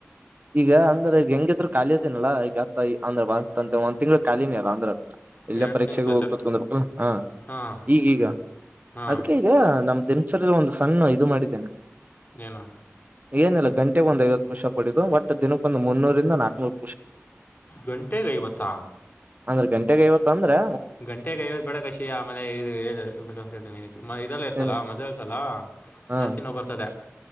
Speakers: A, on the right; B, on the left.
A: ಈಗ ಅಂದ್ರೆ ಈಗ ಹೆಂಗಿದ್ರು ಖಾಲಿ ಇದೀನಲ್ಲಾ ಈಗ ಅತ್ತ ಅಂದ್ರ ಬತ್ ಒಂದ ತಿಂಗ್ ಖಾಲಿನನ್ರ ಅಲ್ಲ ಅಂದ್ರೆ ಎಲ್ಲ
B: ಎರಡು
A: ಪರೀಕ್ಷೆೆಗೆ
B: ತಿಂಗ್ಳು ರಜೆ
A: ಹೋಗ ಕತ್ಕೊಂಡಲ್ಲ ಹಾ
B: ಹಾಂ
A: ಈಗೀಗ
B: ಹಾಂ
A: ಅದಕ್ಕೆ ಈಗ ನಮ್ದಿನ ಒಂದು ಸಣ್ಣ ಇದು ಮಾಡಿದ್ದೇನೆ
B: ಏನಾ
A: ಏನಲ್ಲ ಗಂಟೆ ಒಂದ್ ಐವತ್ತು ಪುಶ್ ಅಪ್ ದಿನಕ್ಕೊಂದು ಮುನ್ನೂರಿಂದ ನಾಕನೂರ್
B: ಗಂಟೆಗೇ ಐವತ್ತ
A: ಅಂದ್ರೆ ಗಂಟೆಗೇ ಐವತ್ತು ಅಂದ್ರೆ
B: ಗಂಟೆ ಐವತ್ತು ಬೇಡ ಕಾಶಿ ಆಮೇಲೆ ಇದುಂತ ಹೇಳ್ತೀನಿ ಇದಲ್ಲ ಇರ್ತಲ್ಲ
A: ಏನ್
B: ಮಸಲ್ಸ್
A: ಹ
B: ಜಾಸ್ತಿ ನೋವು ಬರ್ತದೆ